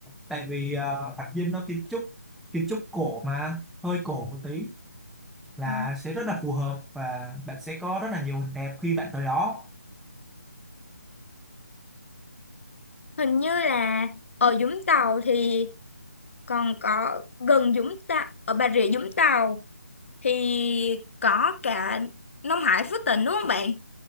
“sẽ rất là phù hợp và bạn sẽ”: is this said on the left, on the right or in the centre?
Centre